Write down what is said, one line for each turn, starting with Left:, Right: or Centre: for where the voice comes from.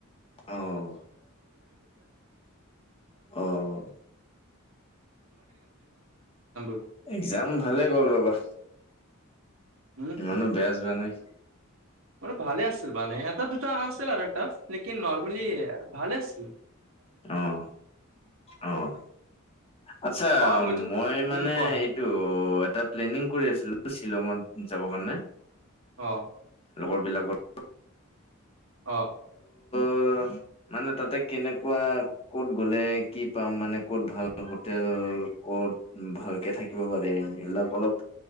Left: অ', অ',
Right: <inaudible>
Left: এক্জাম ভালে গ'ল ৰ'বা
Right: উম
Left: ইমানো বেয়া যোৱা নাই।
Right: মইটো ভালে আছিল মানে এটা দুটা আছিল আৰু টাফ লেকিন নৰ্মেলি ভালে আছে। ঠিক,
Left: অহ অহ আচ্ছা
Right: অ মইতো
Left: মই মানে
Right: উম কোৱা
Left: এইটো এটা প্লেনিং কৰি আছিলো । শ্বিলঙত যাবৰ কাৰণে
Right: অ'
Left: লগৰবিলাকৰ।
Right: অহ
Left: অহ মানে তাতে কেনেক কোৱা ক'ত গ'লে কি পাম মানে ক'ত ভাল হোটেল কত ভালকে থাকিব পাৰে মহিলাক অলপ।